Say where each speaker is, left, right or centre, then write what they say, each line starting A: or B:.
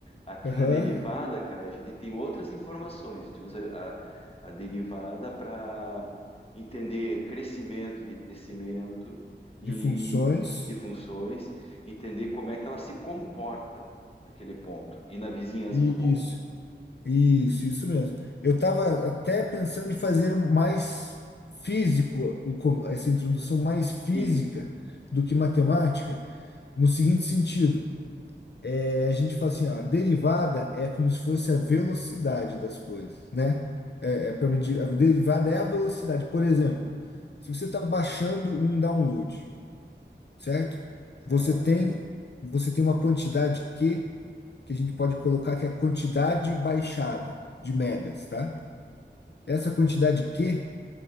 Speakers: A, on the left; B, on the left.
A: Aqui
B: Aham,
A: na derivada, cara, a gente tem outras informações. A gente usa a, a derivada para entender crescimento de crescimento e
B: de funções.
A: de funções, entender como é que ela se comporta naquele ponto e na vizinhança
B: e
A: do ponto.
B: Isso. Isso, isso mesmo. Eu estava até pensando em fazer um mais físico, o co- essa introdução mais física
A: Sim,
B: do que matemática, no seguinte sentido. É, a gente fala assim, ó, a derivada é como se fosse a velocidade das coisas, né? É, para medir,
A: é,
B: a derivada é a velocidade. Por exemplo, se você está baixando um download, certo?
A: certo.
B: Você tem, você tem uma quantidade Q, que a gente pode colocar que é a quantidade baixada de megas, tá? Essa quantidade Q,